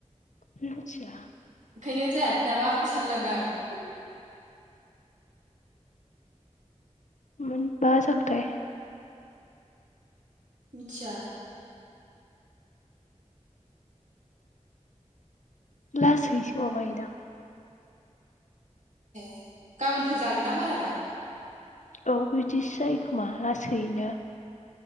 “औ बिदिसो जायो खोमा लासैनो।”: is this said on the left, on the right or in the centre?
Left